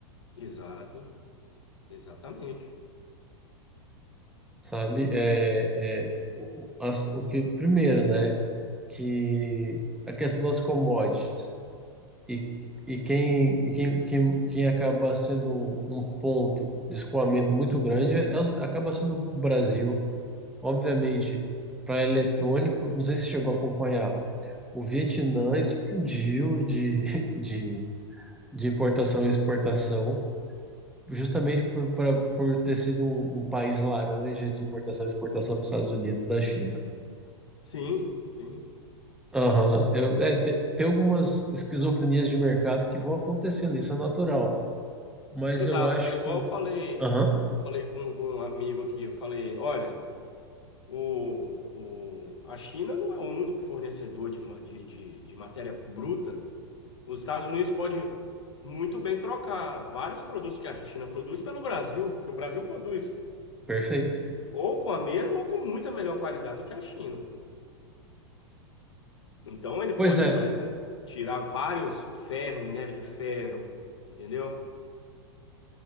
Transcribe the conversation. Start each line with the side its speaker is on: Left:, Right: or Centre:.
Left: Exato, exatamente.
Centre: sabe? É, é, o, o- as- o que, primeiro, né? Que a questão das commodities e, e, quem, e quem, quem, quem acaba sendo um ponto de escoamento muito grande é, é o- acaba sendo o Brasil. Obviamente, para eletrônico, não sei se chegou a acompanhar O Vietnã explodiu de, <laughs> de, de importação e exportação, justamente por, pra- por ter sido um, um país laranja de importação e exportação para os Estados Unidos da China.
Left: Sim, sim.
Centre: Aham, eu- é, te- tem algumas esquizofrenias de mercado que vão acontecendo, isso é natural. Mas
Left: Exato.
Centre: eu acho
Left: É
Centre: que.
Left: igual eu falei,
Centre: Aham,
Left: falei com, com um amigo aqui, eu falei, olha. O, o, a China não é o único fornecedor de, ma- de, de, de matéria bruta. Os Estados Unidos pode muito bem trocar vários produtos que a China produz pelo Brasil, que o Brasil produz,
Centre: perfeito.
Left: ou com a mesma ou com muita melhor qualidade do que a China. Então ele pode,
Centre: Pois é,
Left: por exemplo, tirar vários ferro, minério de ferro, entendeu?